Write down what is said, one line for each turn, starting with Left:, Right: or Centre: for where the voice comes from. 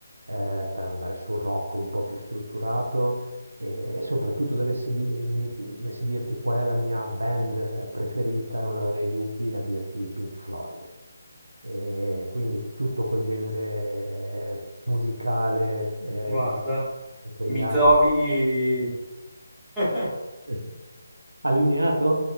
Right: eh, per andare sul rock un po' più strutturato e, e soprattutto dovessi, di- mi- dovessi dirti qual è la mia band eh, preferita, non avrei dubbi a dirti Pink Floyd. E quindi tutto quel genere eh, musicale, eh,
Centre: Guarda,
Right: diciamo, che nasce in quegli
Centre: mi
Right: anni.
Centre: trovi... <laughs>
Right: <laughs> Allineato?